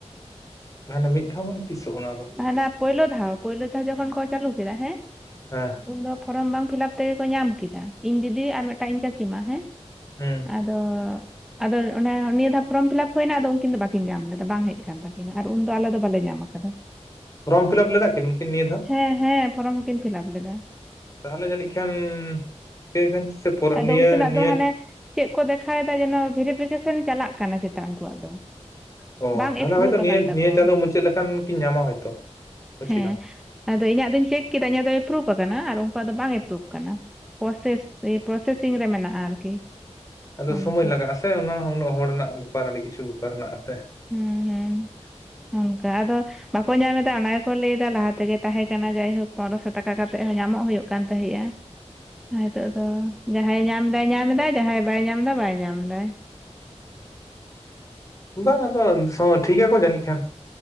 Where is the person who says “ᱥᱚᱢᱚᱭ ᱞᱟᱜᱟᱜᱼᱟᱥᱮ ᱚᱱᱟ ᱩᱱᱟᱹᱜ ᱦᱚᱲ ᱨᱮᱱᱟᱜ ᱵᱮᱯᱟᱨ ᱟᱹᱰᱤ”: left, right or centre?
Left